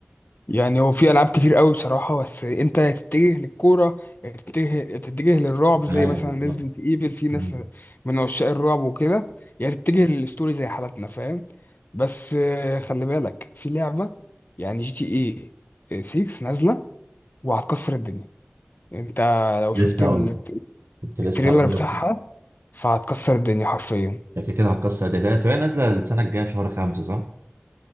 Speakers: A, on the left; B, on the right.
A: يعني هو في العاب كتير قوي بصراحه بس انت يا تتجه للكوره يا تتجه يا تتجه للرعب زي
B: ايوه
A: مثلا
B: بالظبط
A: ريزدنت ايفل في ناس
B: مم.
A: من عشاق الرعب وكده يا تتجه للستوري زي حالتنا فاهم بس آه، خلي بالك في لعبه يعني جي تي اي 6 نازله وهتكسر الدنيا انت لو
B: لسه
A: شفت ال-
B: هقول لك كنت لسه
A: التريلر
B: هقول
A: بتاعها
B: لك
A: فهتكسر الدنيا حرفيا
B: هي كده كده هتكسر الداتا وهي نازلة السنة الجاية شهر خمسة صح؟